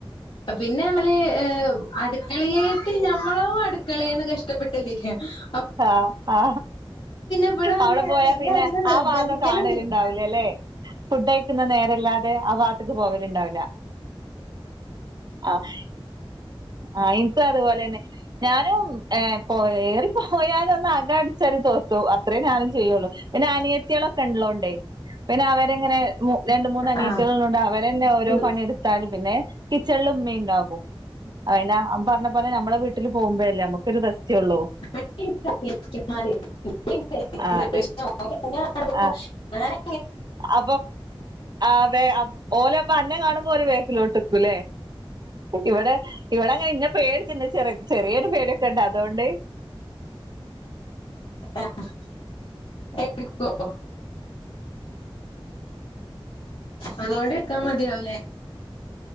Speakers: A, on the left; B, on the right.
A: പിന്നെ അവര് അടുക്കളയിലായിട്ട് ഞമ്മളോ അടുക്കളയന്ന് കഷ്ടപ്പെട്ടു ശരി <inaudible>
B: ആഹ് ആ
A: ഇവിടെ വന്ന്
B: അവിടെ
A: ഞാൻ
B: പോയാ
A: ഇന്നെ
B: പിന്നെ
A: അധികം നിർബന്ധിക്കലൊന്നുല്ല.
B: ആ വാദം കാണലുണ്ടാവൂല അല്ലേ ഫുഡ് കഴിക്കുന്ന നേരെല്ലാത അെ ആ ഭാത്തക്ക് പോവല ഇണ്ടാവൂലാ ആ <unintelligible> ആ ഇനിക്ക് അതുപോലെ തന്നെ ഞാനും ഏ പോയറി പോയാലും ഒന്ന് അക അടിച്ച രി തോത്തും അത്രേ ഞാനും ചെയ്യുള്ളൂ പിന്നെ അനിയത്തികളൊക്കെ ഉള്ളോണ്ടേ പിന്നെ അവരെങ്ങനെ രണ്ട മൂന്ന് അനിയത്തിുകളുണ്ട്
A: ആഹ് ആഹ്
B: അവരന്നെ ഓരോ
A: പിന്നെ
B: പണിയെടുത്താലും പിന്നെ കിച്ചൺല് മ്മീ ഉണ്ടാകും അന പറഞ്ഞ പോലെ നമ്മളെ വീട്ടില് പോകുമ്പോല്ലേ നമുക്കൊ ഒരു റസ്റ്റൂള്ളൂ
A: <unintelligible>
B: ആഹ് അതെ ആഹ് അപ്പൊ ആ ഓലെ അപ്പൊ അന്നം കാണുമ്പോലെ വേക്കിലോട്ട് <unintelligible> ല്ലെ ഇവിടെ ഇവിടെങ്ങനെ ഇന്ന പേ പിന്നെ ചെറ ചെറിയൊരു പേടയൊക്കെണ്ട് അതോണ്ട്
A: ആ <unintelligible> അതുകൊണ്ട് ക്കാൻ മതിയാവുലേ